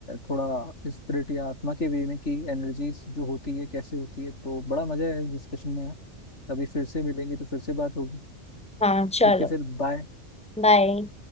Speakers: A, on the left (about 65°); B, in the centre.
A: थोड़ा स्पिरिट या आत्मा के वे में की एनर्जीज जो होती है कैसे होती है तो बड़ा मजा है डिस्कशन में यार कभी फिर से मिलेंगे तो फिर से बात होगी
B: हाँ चलो
A: ठीक है फिर बाय
B: बाय